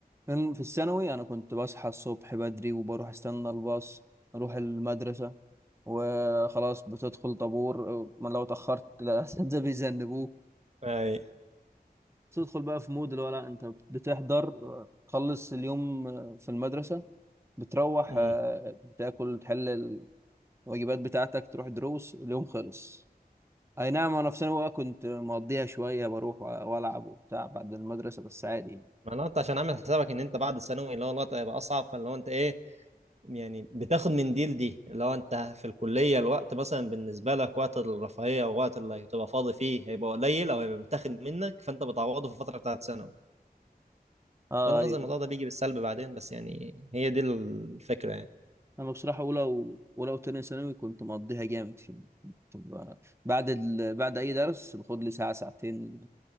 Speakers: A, on the right; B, on the right.
A: كان في الثانوي انا كنت بصحى الصبح بدري وبروح استنى الباص اروح المدرسة وخلاص بتدخل طابور ما لو اتأخرت الأساتذة <laughs> بيذنبوك
B: اي
A: وتدخل بقى في مود اللي هو لا انت بتحضر تخلص اليوم في المدرسة بتروح
B: امم
A: آه، بتاكل تحل الواجبات بتاعتك تروح دروس اليوم خلص اي نعم انا في ثانوي بقى كنت مقضيها شوية بروح والعب وبتاع بعد المدرسة بس عادي يعني
B: معناته انت عشان عامل حسابك ان انت بعد الثانوي اللي هو الوقت هيبقى اصعب فاللي هو انت ايه يعني بتاخد من دي لدي لو انت في الكلية الوقت مثلا بالنسبة لك وقت الرفاهية ووقت اللي هتبقى فاضي فيه هيبقى قليل او هيبقى بتاخد منك فانت بتعوضه في الفترة بتاعت ثانوي
A: اه
B: بغض النظر
A: أيوه.
B: الموضوع ده بيجي بالسلب بعدين بس يعني هي دي الفكرة يعني
A: انا بصراحه اولى و... اولى وتانية ثانوي كنت مقضيها جامد في طب بعد ال... بعد اي درس باخد لي ساعه ساعتين